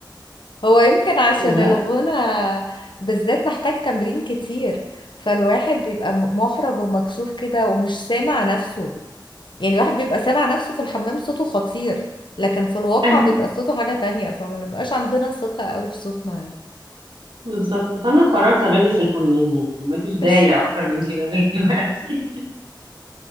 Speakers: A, on the left; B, on the right.
A: هو يمكن عشان
B: بس
A: الغنى بالذات محتاج تمرين كتير فالواحد بيبقى م- محرج ومكسوف كده ومش سامع نفسه يعني الواحد بيبقى سامع نفسه في الحمام صوته خطير لكن في الواقع
B: أيوة،
A: بيبقى صوته حاجة تانية فما نبقاش عندنا ثقة قوي في صوتنا يعني
B: بالظبط فانا قررت اغني في الحمام يعني مفيش داعي
A: <laughs>
B: اكتر من كده <laughs> دلوقتي